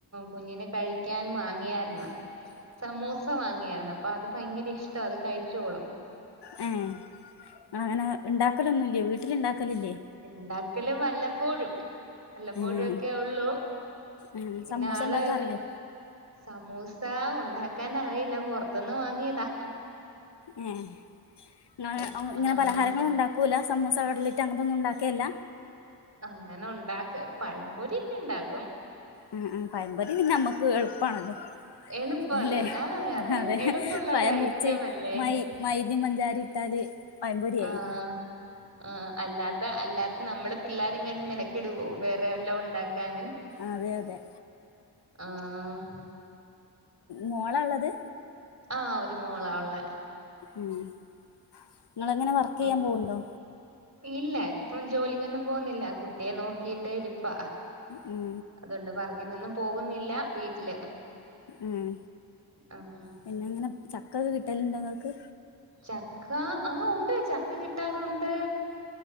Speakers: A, on the right; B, on the left.
A: കുഞ്ഞിനെ കഴിക്കാൻ വാങ്ങിയാര്ന്ന്.
B: <inaudible>
A: സമൂസ വാങ്ങിയാര്ന്ന് അപ്പൊ അത് ഭയങ്കര ഇഷ്ട അത് കഴിച്ചോളും.
B: ഏ ഇങ്ങള് അങ്ങനെ ഇ ണ്ടാക്കലൊന്നുല്ലെ വീട്ടില് ഇ ണ്ടാക്കലില്ലേ?
A: ഇണ്ടാക്കല് വല്ലപ്പോഴും. വല്ലപ്പോഴും
B: ഏഹ്
A: ഒക്കെ ഒള്ളൂ
B: ഏഹ്
A: പിന്നെ
B: സമൂസ
A: ആള്
B: ഇണ്ടാക്കാൻ അറിയോ
A: സമൂസ ഉണ്ടാക്കാൻ അറിയില്ല പുറത്ത്ന്ന് വാങ്ങിയതാ.
B: ഏ ഇങ്ങ ഇങ്ങനെ
A: ആഹ്
B: പലഹാരങ്ങളൊ ഉണ്ടാ കൂല സമൂസ കട്ലറ്റ് അങ്ങനൊന്നുംണ്ടാക്കേല്ല
A: അങ്ങനെ ഉണ്ടാക്ക പഴംപൊരിക്കെ ഉണ്ടാക്കും
B: ഉം ഉ പയമ്പൊരി പിന്നെ നമ്മക്ക് എളുപ്പാണല്ലൊ
A: എളുപ്പല്ലേ
B: അല്ലെ
A: ആഹ് അത്
B: അതെ
A: എളുപ്പമുള്ള
B: പഴം
A: ഒരു
B: മുറിച്ച്
A: ഐറ്റം അല്ലേ
B: മൈ മൈദയും പഞ്ചാരയും ഇട്ടാല് പയമ്പൊരി
A: ആഹ്
B: ആയി
A: ആഹ് അല്ലാത്ത അല്ലാത്ത നമ്മള് പിള്ളേരെങ്ങാനും മെനക്കിടുവോ വേറെ വല്ലാം ഉണ്ടാക്കാന്
B: അതെ അതെ
A: ആഹ്
B: മോള ഉള്ളത്
A: ആഹ് ഒരു മോളാ ഉള്ളേ
B: ഉം നിങ്ങളെങ്ങനെ വർക്ക് ചെയ്യാൻ
A: ഉം
B: പോവുണ്ടോ
A: ഇല്ല ഇപ്പ ജോലിക്കൊന്നും പോന്നില്ല കുട്ടിയെ നോക്കിട്ട് ഇരിപ്പാ
B: ഉം
A: അതുകൊണ്ട് വർക്കിനൊന്നും പോകുന്നില്ല വീട്ടില്
B: ഉം
A: ആഹ്
B: പിന്നെ ഇങ്ങനെ ചക്ക ഒക്കെ കിട്ടലുണ്ടോ നിങ്ങൾക്ക്
A: ചക്ക ആഹ് ഉണ്ട് ചക്ക കിട്ടാറുണ്ട്